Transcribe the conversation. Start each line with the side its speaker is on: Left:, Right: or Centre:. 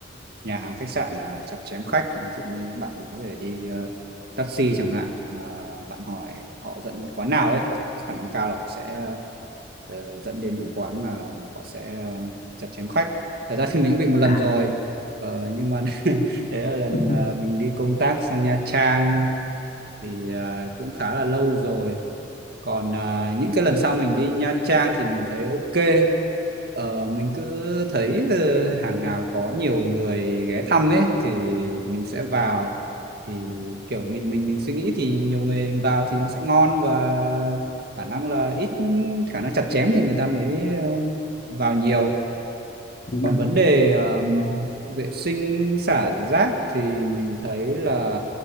Right: nhà hàng khách sạn là chặt chém khách ví dụ như bạn có thể đi ờ, taxi chẳng hạn mà bạn hỏi họ dẫn quán nào ấy khả năng cao là họ sẽ ờ, dẫn đến những quán mà họ sẽ ờ, chặt chém khách thật ra thì mình cũng bị một lần
Left: cả
Right: rồi Ờ, nhưng mà <laughs> đấy là lần
Left: <laughs>
Right: ờ, mình đi công tác sang Nha Trang thì ờ, cũng khá là lâu rồi còn à, những cái lần sau mình đi Nha Trang thì mình thấy ok Ờ, mình cứ thấy ờ, hàng nào có nhiều người ghé thăm ấy thì mình sẽ vào thì kiểu mình mình mình suy nghĩ thì nhiều người vào thì nó sẽ ngon và khả năng là ít khả năng chặt chém thì người ta mới ờ, vào nhiều
Left: đúng
Right: còn
Left: đúng
Right: vấn
Left: rồi
Right: đề ờm, vệ sinh xả rác thì mình thấy là